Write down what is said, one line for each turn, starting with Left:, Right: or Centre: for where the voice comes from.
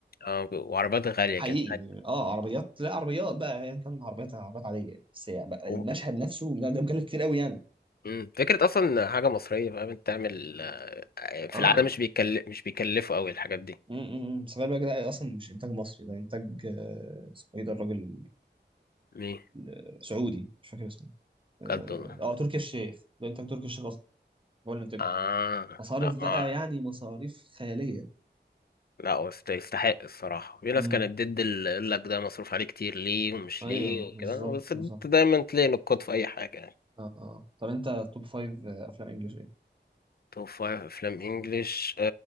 Left: اه وعربيات غالية
Right: حقيقي
Left: كانت حاجة
Right: اه عربيات لا عربيات بقى يعني كان العربيات عربيات عاديه يعني. بس يعني بقى
Left: و-
Right: المشهد نفسه ده, ده مكلف كتير قوي يعني
Left: مم. فكرة أصلا حاجة مصرية فاهم أنت تعمل آه، في
Right: اه
Left: العالم مش بيكلف مش بيكلفوا أوي الحاجات دي
Right: م- م- م. سفاري بقى ده اصلا مش انتاج مصري ده انتاج آه، اسمه ايه ده الراجل
Left: مين
Right: آه، سعودي مش فاكر اسمه اه
Left: بجد والله
Right: آه، تركي الشيخ ده انتاج تركي الشيخ اصلا هو اللي انتاج
Left: آه
Right: مصاريف
Left: لا ما
Right: بقى
Left: أعرف.
Right: يعني مصاريف خياليه
Left: لا هو يست- يستحق الصراحة في ناس
Right: امم
Left: كانت ضد اللي يقول لك ده مصروف عليه كتير ليه ومش
Right: ايوه
Left: ليه وكده
Right: بالظبط
Left: بس أنت
Right: بالظبط
Left: دايما تلاقي نقاط في أي حاجة يعني
Right: اه اه طب انت توب فايف افلام انجلش ايه؟
Left: توب فايف أفلام إنجلش